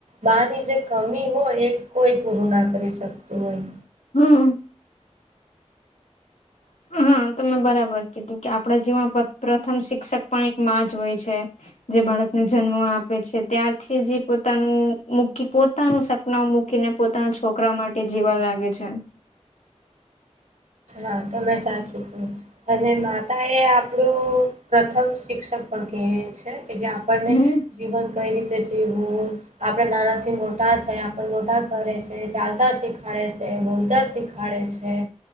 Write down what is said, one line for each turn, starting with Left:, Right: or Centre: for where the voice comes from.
Right: માં ની જે કમી હોય એ કોઈ પૂરું ના કરી શકતું હોય.
Left: હમ. હા તમે બરાબર! કેટું કે આપણા જીવનમાં પત્ર પ્રથમ શિક્ષક પણ એક માં જ હોય છે. જે બાળકને જન્મ આપે છે ત્યારથી જ ઈ પોતાનું મૂકી પોતાનું સપના મૂકીને પોતાના છોકરા માટે જીવા લાગે છે.
Right: હા તમે સાચું કિધું, અને માતા એ આપડું પ્રથમ શિક્ષક પણ કહે છે કે જે આપણને
Left: હમ
Right: જીવન કઈ રીતે જીવવું હો આપડ નાના થી મોટા થયા આપ મોટા કરે છે ચાલતા શીખાડે છે બોલતા શીખ ખવાડે છે.